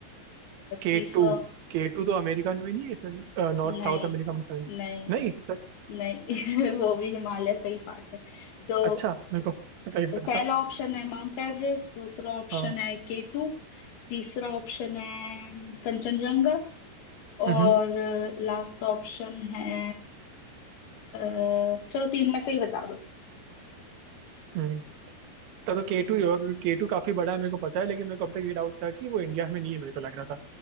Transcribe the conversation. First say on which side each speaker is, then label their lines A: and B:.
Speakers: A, on the right; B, on the left.
A: K
B: तीसरा
A: two के टू तो अमेरिका में नहीं है नॉर्थ
B: नहीं
A: साउथ अमेरिका में शायद
B: नहीं
A: नहीं सच
B: नहीं
A: सच-
B: <laughs> वो भी हिमालय का ही पार्ट है तो
A: अच्छा मेरे को नहीं पता
B: अ, पहला ऑप्शन है माउंट एवरेस्ट दूसरा ऑप्शन
A: हाँ
B: है केटू तीसरा ऑप्शन है कंचनजंगा और
A: हम्म
B: लास्ट ऑप्शन है अ, चलो तीन में से ही बता दो
A: हम्म तब तो के टू ही होगा क्योंकि के टू काफी बड़ा है मेरे को पता है लेकिन मेरे को अब तक ये डाउट था कि वो इंडिया में नहीं है मेरे को लग रहा था